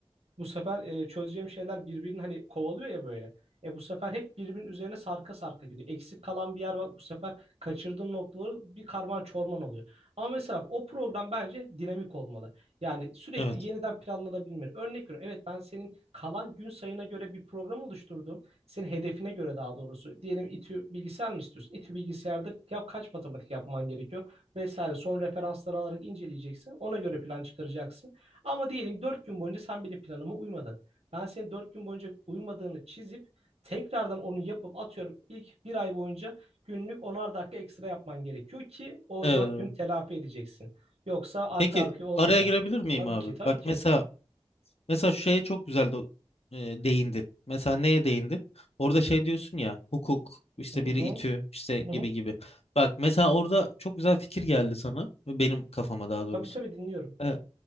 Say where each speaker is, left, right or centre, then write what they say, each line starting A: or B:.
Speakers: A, on the right; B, on the left.
A: bu sefer e, çözeceğim şeyler birbirini hani kovalıyor ya böyle. E bu sefer hep birbirinin üzerine sarka sarka gidiyor. Eksik kalan bir yer var. Bu sefer kaçırdığım noktaları bir karman çorman oluyor. Ama mesela o program bence dinamik olmalı. Yani sürekli
B: Evet. Evet.
A: yeniden planlanabilmeli. Örnek veriyorum. Evet ben senin kalan gün sayına göre bir program oluşturdum. Senin hedefine göre daha doğrusu. Diyelim İTÜ bilgisayar mı istiyorsun? İTÜ bilgisayarda ya kaç matematik yapman gerekiyor? Vesaire. Son referansları alarak inceleyeceksin. Ona göre plan çıkaracaksın. Ama diyelim 4 gün boyunca sen benim planıma uymadın. Ben senin 4 gün boyunca uymadığını çizip tekrardan onu yapıp atıyorum ilk bir ay boyunca günlük onar dakika ekstra yapman gerekiyor ki o
B: evet.
A: dört Evet. günü telafi edeceksin. Yoksa arka
B: Peki
A: arkaya olmayacak.
B: araya girebilir miyim
A: Tabii
B: abi?
A: ki tabii
B: Bak
A: Tabii. ki.
B: mesela mesela şu şeye çok güzel do- e, değindin. Mesela neye değindin? Orada şey diyorsun ya hukuk işte
A: Hı
B: biri
A: hı.
B: İTÜ işte gibi
A: Hı hı.
B: gibi. Bak mesela orada çok güzel fikir geldi sana benim kafama daha doğrusu.
A: Tabii tabii dinliyorum.
B: E,